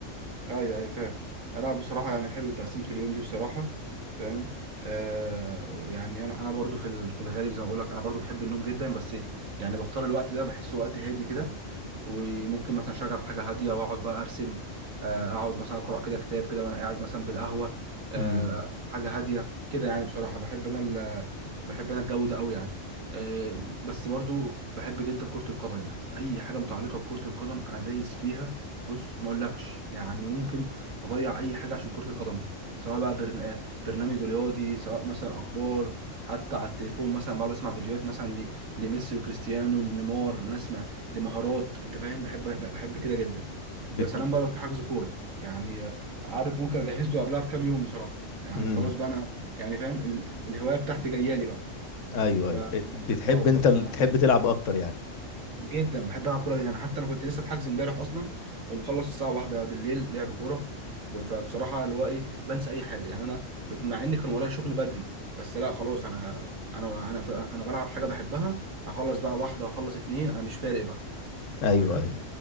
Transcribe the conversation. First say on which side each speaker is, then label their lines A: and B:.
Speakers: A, on the right (about 85°); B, on the left (about 70°).
A: ايوه ايوه فاهم لا بصراحه يعني حلو تقسيمه اليوم دي بصراحه فاهم آه يعني انا انا برضو في ال- في الغالب زي ما بقول لك انا برضو بحب النوم جدا بس يعني بختار الوقت ده بحسه وقت هادي كده وممكن مثلا اشغل حاجه هاديه واقعد بقى ارسم آه اقعد مثلا اقرا كده كتاب كده وانا قاعد مثلا بالقهوه آه
B: امم
A: حاجه هاديه كده يعني بصراحه بحب انا ال- بحب انا الجو ده قوي يعني آه بس برضو بحب جدا كره القدم يعني اي حاجه متعلقه بكره القدم انا دايس فيها بص ما اقولكش يعني ممكن اضيع اي حاجه عشان كره القدم دي سواء بقى برن... آه، برنامج رياضي سواء مثلا اخبار حتى على التليفون مثلا بقعد اسمع فيديوهات مثلا ل... لميسي وكريستيانو لنيمار لناس ما... لمهارات انت فاهم بحب بحب كده جدا
B: بت...
A: ويا سلام بقى لو في حجز كوره يعني عارف ممكن اجهز له قبلها بكام يوم بصراحه يعني
B: مم.
A: خلاص بقى انا يعني فاهم ال... الهوايه بتاعتي جايه لي بقى
B: ايوه
A: ف
B: ايوه بتحب
A: اه فبصراحه
B: انت ال- تحب تلعب اكتر يعني
A: جدا بحب العب كوره يعني حتى انا كنت لسه في حجز امبارح اصلا ومخلص الساعه واحدة بالليل لعب كوره كو- فبصراحه اللي هو ايه بنسى اي حاجه يعني انا ب- مع ان كان ورايا شغل بدري بس لا خلاص انا انا انا في انا بلعب حاجه بحبها اخلص بقى واحده اخلص اتنين انا مش فارق بقى
B: ايوه
A: انت فاهم
B: ايوه